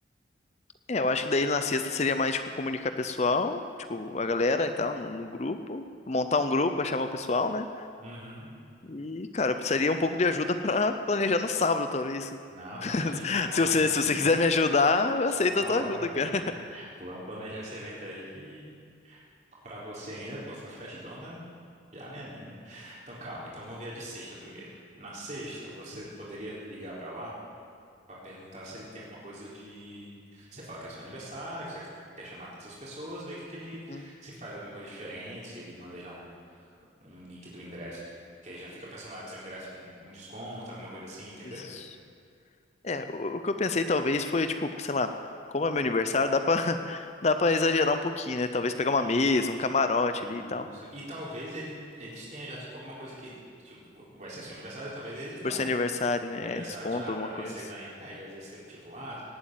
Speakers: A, on the left (about 35°); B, on the right (about 35°).
A: é, eu acho que daí na sexta seria mais, tipo, comunicar pessoal, tipo, a galera e tal, no, no grupo. Montar um grupo pra chamar o pessoal, né?
B: Uhum.
A: E, cara, eu precisaria um pouco de ajuda pra <laughs> planejar no sábado, talvez.
B: Não,
A: <laughs>
B: tamo aqui já. Vamos,
A: Se você,
B: <laughs>
A: se você quiser me ajudar, eu aceito
B: na
A: a tua
B: hora,
A: ajuda,
B: meu amigo.
A: cara.
B: Vamos planejar esse evento aí que pra você ainda, pô, essa festona, já me animo. Então calma, então vamos ver a de sexta primeiro. Na sexta, você poderia ligar pra lá? Pra perguntar se ele tem alguma coisa de. Você fala que é seu aniversário, que você quer chamar todas as pessoas, ver o que, que ele
A: Hum,
B: se faz alguma coisa diferente, se ele manda já um, um link do ingresso, que aí já fica personalizado seu ingresso com um desconto, alguma coisa assim, entendeu?
A: Isso. É, o, o que eu pensei talvez foi, tipo, sei lá, como é meu aniversário, dá pra, <laughs> dá pra exagerar um pouquinho, né? Talvez pegar uma
B: Uhum.
A: mesa, um camarote
B: Isso.
A: ali e tal.
B: E talvez ele, eles tenham já, tipo, alguma coisa que, tipo, vai ser seu aniversário, talvez eles dão,
A: Por ser aniversário,
B: né?
A: né?
B: Aniversário,
A: É Desconto,
B: tipo, ah,
A: alguma
B: talvez
A: coisa.
B: você ganhe. É, e às vezes você, tipo, ah,